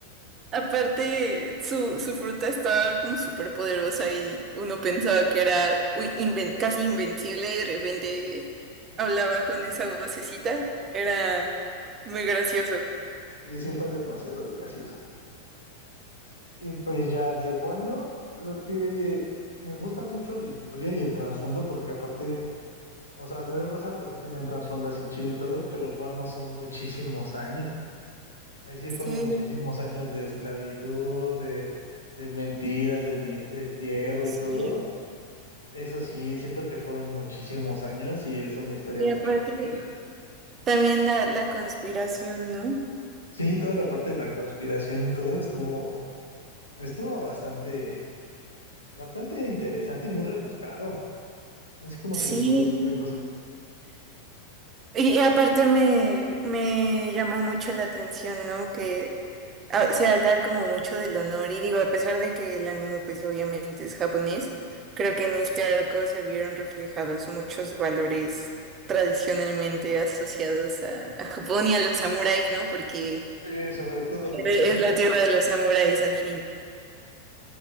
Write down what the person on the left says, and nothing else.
Y sí, fue demasiado gracioso. Y pues ya de Wano, creo que me gusta mucho la historia y el trasfondo, porque aparte, o sea, Rosa pues sí tiene un trasfondo así chido y todo, pero Wano son muchísimos años. Ahí sí
fueron muchísimos años de esclavitud, de, de mentiras, de dis- destierro
y todo. Eso sí, siento que fueron muchísimos años y es una historia
mucho
más vieja.
Sí, toda la parte de la conspiración y todo estuvo, estuvo bastante, bastante interesante y muy rebuscado. No sé cómo
se le ocurrió tanta cosa.
Sí, sobre todo los
amuletos.